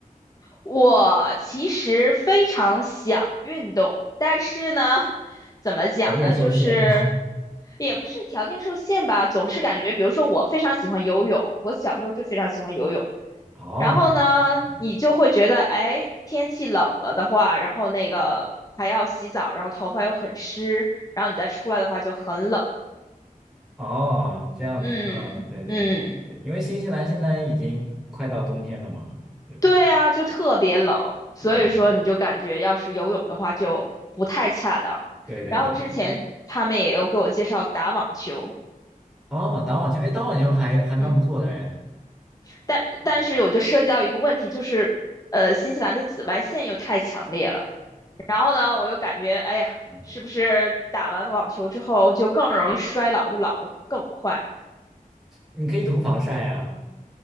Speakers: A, on the left; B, in the centre.
A: 我其实非常想运动，但是呢，怎么讲呢，
B: 条件受限，
A: 就是也不是条件受限吧，总是感觉，比如说我非常喜欢游泳，我小时候就非常喜欢游泳。
B: <laughs> 哦。
A: 然后呢，
B: 嗯
A: 你就会觉得，哎，天气冷了的话，然后那个还要洗澡，然后头发又很湿，然后你再出来的话就很冷。
B: 哦，这样子，
A: 嗯嗯，
B: 嗯，对对对对，因为新西兰现在已经快到冬天了嘛，对吧？
A: 对啊，就特别冷，所以说你就感觉要是游泳的话就不太恰当。
B: 对对对对对。
A: 然后之前他们也有给我介绍打网球，
B: 哦，打网球，哎，打网球还还蛮不错的哎，
A: 嗯，但但是我就涉及到一个问题，
B: 嗯
A: 就是呃，新西兰的紫外线又太强烈了。然后呢，我又感觉，哎呀，
B: 嗯，
A: 是不是打完网球之后就更容易衰老，就老得更快？
B: 你可以涂防晒呀，